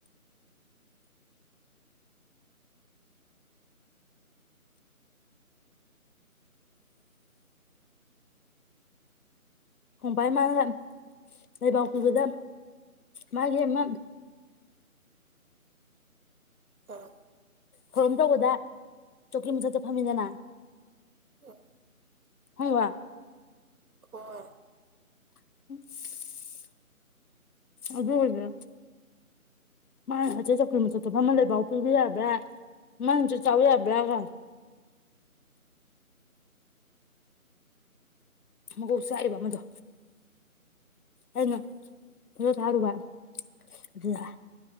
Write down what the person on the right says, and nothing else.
ꯑ
ꯑ
ꯍꯣꯏ